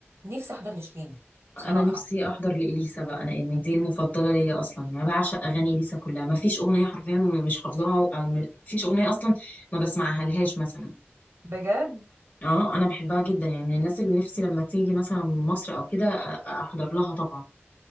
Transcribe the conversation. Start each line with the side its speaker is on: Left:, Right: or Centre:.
Right: نفسي احضر لشيرين بصراحه
Left: انا نفسي احضر لاليسا بقى انا يعني دي المفضله ليا اصلا يعني بعشق اغاني اليسا كلها ما فيش اغنيه حرفيا مش حافظاها او ما فيش اغنيه اصلا ما بسمعها لهاش مثلا
Right: بجد
Left: اه انا بحبها جدا يعني من الناس اللي نفسي لما تيجي مثلا من مصر او كده أ- احضر لها طبعا